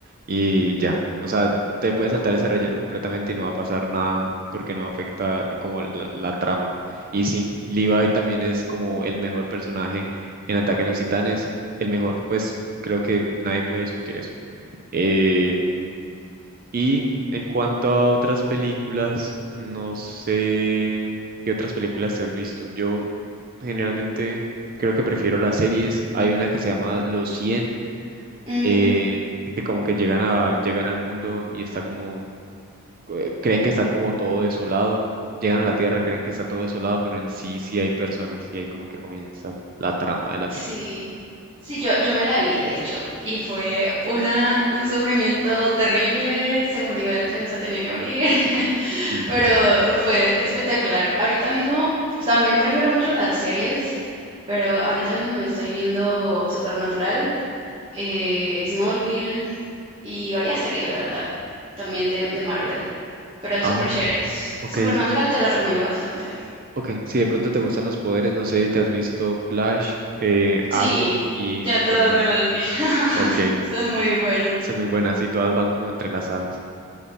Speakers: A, on the right (about 40°); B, on the right (about 25°).
A: y ya. O sea, te puedes saltar ese relleno completamente y no va a pasar nada porque no afecta como la, la trama. Y sí, Levi también es como el mejor personaje en Ataque a los Titanes, el mejor, pues creo que nadie puede discutir eso. Eh, y en cuanto a otras películas, no sé qué otras películas te has visto. Yo generalmente creo que prefiero las series. Hay una que se llama Los cien
B: Mm,
A: eh, que como que llegan a, llegan al mundo y está como, eh, creen que está como todo desolado. Llegan a la Tierra, creen que está todo desolado, pero en sí sí hay personas y ahí como que comienza la trama de la
B: sí,
A: película.
B: sí, yo, yo me la vi, de hecho, y fue una, un sufrimiento terrible, se murió el que no se tenía que morir. <laughs>
A: Sí.
B: Pero fue espectacular. Ahorita mismo también prefiero mucho las series, pero ahorita mismo me estoy viendo Supernatural, eh, Smallville y varias series, la verdad. También de, de Marvel, pero
A: Ah,
B: super chéveres.
A: ok.
B: Supernatural te la recomiendo bastante.
A: Ok, si de pronto te gustan los poderes, no sé si te has visto Flash, eh,
B: Sí,
A: Arrow y
B: ya
A: Supergirl.
B: todas me las vi. <laughs>
A: Ok,
B: Son muy buenas.
A: son muy buenas y todas van como entrelazadas.